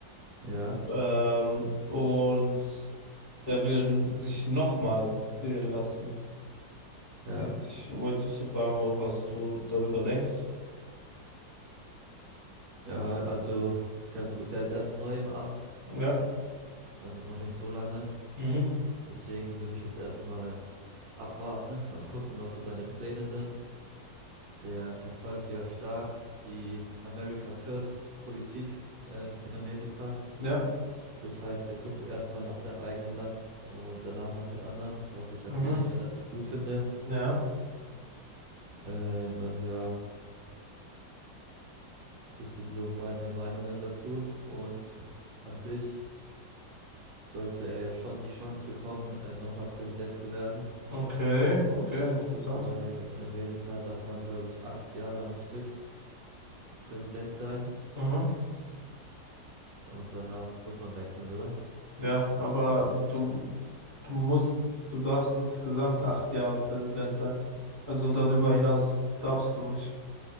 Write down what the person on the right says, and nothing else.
Ja,
ja,
ja, also der ist ja jetzt erst neu im Amt,
also noch nicht so lange.
Deswegen würde ich jetzt erstmal abwarten und gucken, was so seine Pläne sind. Der verfolgt ja stark die America First Politik ähm, in Amerika.
Das heißt, er guckt erstmal nach seinem eigenen Land und danach nach den anderen, was ich
an sich relativ gut finde.
Ähm, ja, das sind so meine Meinungen dazu. Und an sich sollte er ja schon die Chance bekommen, ähm, nochmal Präsident zu werden,
weil in Amerika darf man, glaube ich, acht Jahre am Stück Präsident sein
und danach muss man wechseln, oder?